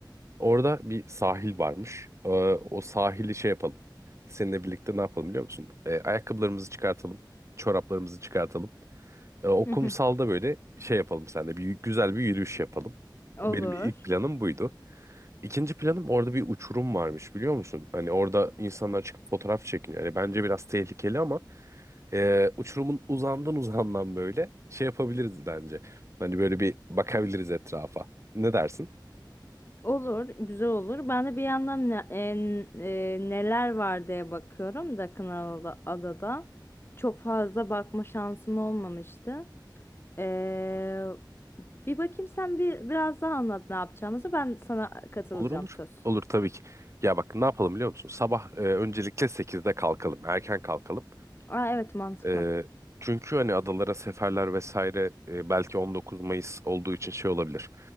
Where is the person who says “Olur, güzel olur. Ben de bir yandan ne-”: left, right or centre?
Left